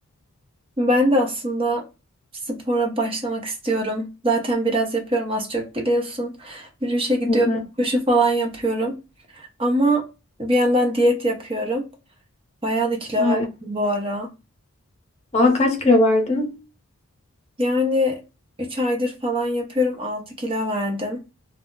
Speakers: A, on the right (about 25°); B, on the left (about 30°).
A: Ben de aslında spora başlamak istiyorum. Zaten biraz yapıyorum az çok biliyorsun. Yürüyüşe gidiyorum,
B: Hı hı.
A: koşu falan yapıyorum. Ama bir yandan diyet yapıyorum. Bayağı da kilo
B: Ay.
A: verdim bu ara.
B: Aa kaç kilo verdin?
A: Yani 3 aydır falan yapıyorum, 6 kilo verdim.